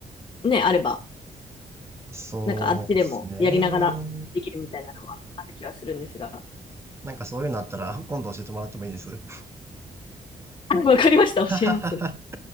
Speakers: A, on the left; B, on the right.
A: ね、あれば、
B: そうですね。
A: なんかあっちでもやりながらできるみたいなのはある気はするんですが。<laughs>
B: なんかそういうのあったら今度教えてもらってもいいです。
A: あわかりました。
B: <laughs>
A: 教えます。